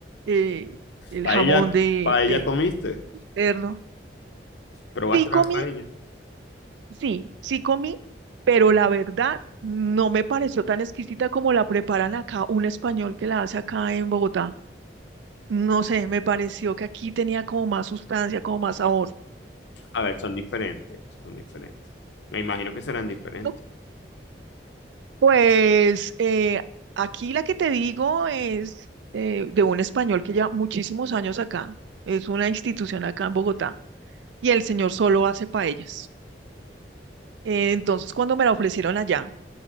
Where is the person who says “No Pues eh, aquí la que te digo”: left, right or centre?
Right